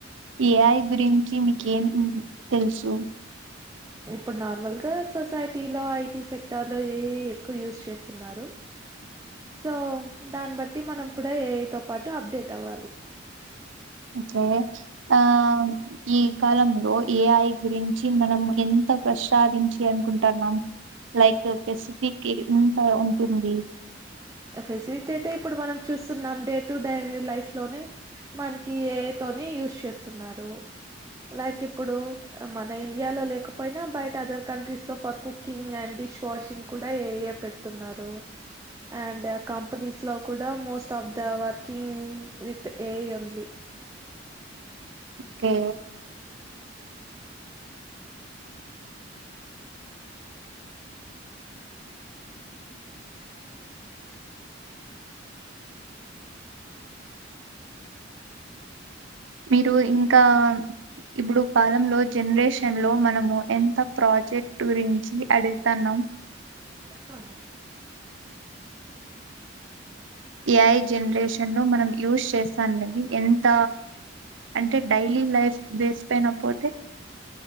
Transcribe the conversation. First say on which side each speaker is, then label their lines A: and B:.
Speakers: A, on the right; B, on the right.
A: ఏఐ గురించి మీక్ ఏం అని తెలుసు
B: ఇప్పుడు నార్మల్గా సొసైటీలో ఐటీ సెక్టర్లో ఏ ఎక్కువ యూస్ చేస్తున్నారు సో దాన్ని బట్టి మనం కూడా ఏఐ తో పాటు అప్డేట్ అవ్వాలి
A: ఓకే ఆ ఈ కాలంలో ఏఐ గురించి మనం ఎంత్ అంత ప్రసాదించి అనుకుంటన్నాం లైక్ పెసిఫిక్ ఎంత ఉంటుంది
B: ఫెసిలిటీ అయితే ఇప్పుడు మనం చూస్తున్నాం డే టు డే లైఫ్ లోనే మనకి ఏఐ తోనే యూస్ చేస్తున్నారు లైక్ ఇప్పుడు మన ఇండియాలో లేకపోయినా బయట అదర్ కంట్రీస్ లో for cooking and dish washing కూడా ఏఐ పెడుతున్నారు అండ్ కంపెనీస్ లో కూడా most of the working with AI ఉంది
A: ఓకే మీరు ఇంకా ఇప్పుడు కాలంలో జనరేషన్ లో మనము ఎంత ప్రాజెక్ట్ గురించి అడుగుతన్నాం
B: తన్నా
A: ఏఐ జనరేషన్ లో మనం యూస్్ చేస్తాది ఎంత అంటే డైలీ లైఫ్ బేస్ పోయిన పోతే